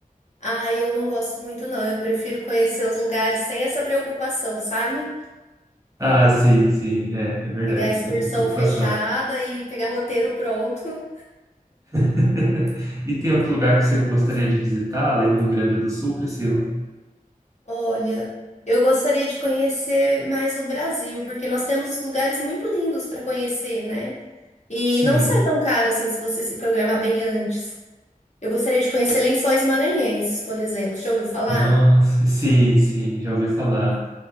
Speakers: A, on the left (about 50°); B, on the right (about 20°).
A: Ah, eu não gosto muito, não. Eu prefiro conhecer os lugares sem essa preocupação, sabe?
B: Ah, sim, sim, é, é verdade,
A: Pegar a excursão
B: é sempre uma preocupação.
A: fechada e pegar roteiro pronto.
B: <laughs> E tem outro lugar que você gostaria de visitar, além do Rio Grande do Sul, Priscila?
A: Olha, eu gostaria de conhecer mais o Brasil, porque nós temos lugares muito lindos para conhecer, né? E
B: Sim,
A: não sai tão caro assim se você se programar bem antes. Eu gostaria de conhecer Lençóis Maranhenses, por exemplo. Já ouviu falar?
B: nossa, sim, sim, já ouvi falar,